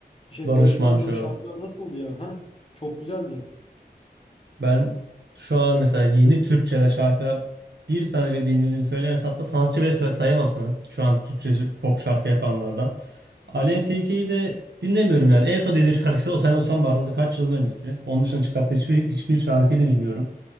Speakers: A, on the left (about 35°); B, on the right (about 80°).
A: şey
B: Barış
A: Barış
B: Manço,
A: Manço'nun şarkıları nasıldı ya? Ha? Çok güzeldi.
B: Ben şu an mesela yeni Türkçe'de şarkılar bir tane bile dinlediğimi söyleyemezsem hatta sanatçı bile söyle- sayamam sana. Şu an Türkçe pop şarkı yapanlardan. Aleyna Tilki'yi de dinlemiyorum yani. En son dediğim <laughs> şarkısı O Sen Olsan var. O da kaç yılın öncesi. Onun dışında çıkarttığı hiçbir, hiçbir şarkıyı da bilmiyorum.